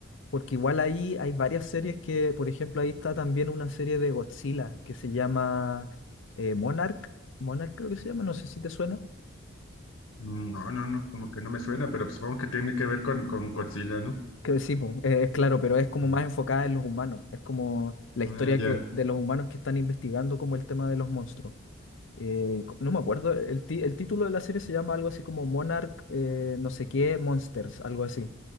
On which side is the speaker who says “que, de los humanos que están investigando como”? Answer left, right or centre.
Left